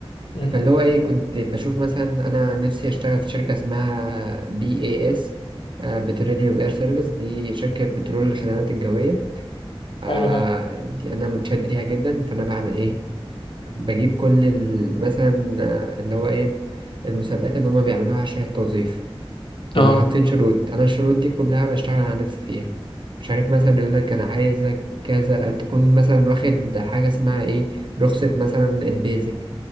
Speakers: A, on the left; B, on the right.
A: امم
B: فاللي هو إيه كنت بشوف مثلا أنا نفسي أشتغل في شركة اسمها بي إي إس بتروليوم إير سيرفيس دي شركة بترول الخدمات الجوية آه،
A: حلو ده
B: دي انا متشد ليها جدا فانا بعمل ايه بجيب كل ال- مثلا آه، اللي هو ايه المسابقات اللي هما بيعملوها عشان التوظيف
A: اه
B: بيبقى حاطين شروط انا الشروط دي كلها بشتغل على نفسي فيها مش عارف مثلا يقول لك انا عايزك كذا تكون مثلا واخد حاجه اسمها ايه رخصه مثلا البيزك